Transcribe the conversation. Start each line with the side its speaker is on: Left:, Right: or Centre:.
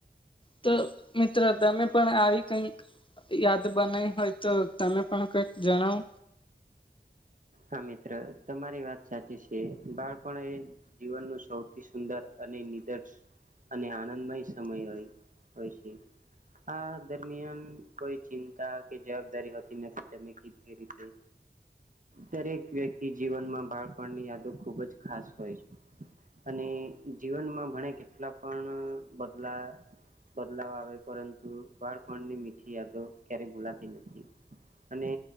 Left: તો મિત્રો તમે પણ આવી કઈક યાદ બનાવી હોય તો તમે પણ કઈક જણાવો.
Right: હા મિત્ર તમારી વાત સાચી છે બાળપણ એ જીવનનું સૌથી સુંદર અને <unintelligible> અને આનંદમય સમય હોય હોય છે. આ દરમિયાન કોઈ ચિંતા કે જવાબદારી હોતી નથી તમે કીધૂ એ રીતે. દરેક વ્યક્તિ જીવનમાં બાળપણની યાદો ખૂબ જ ખાસ હોય છે. અને જીવનમાં ભણે કેટલા પણ બદલા બદલાવ આવે પરંતુ બાળપણની મીઠી યાદો ક્યારેય ભૂલાતી નથી. અને